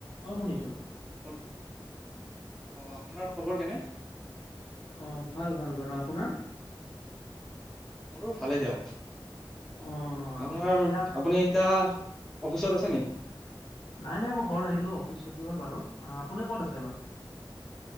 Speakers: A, on the left; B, in the centre.
A: অ শুনিছো।
B: ক'ত, অহ আপোনাৰ খবৰ কেনে?
A: অ ভাল-ভাল বাৰু, আপোনাৰ?
B: মোৰো ভালে দিয়ক,
A: অ
B: আপোনাৰ
A: এতিয়া
B: আপুনি এতিয়া অফিচত আছে নি?
A: নাই-নাই মই ঘৰত আহিলো, অফিচ ছুটি হ'ল বাৰু, আপুনি ক'ত আছে বাৰু এতিয়া?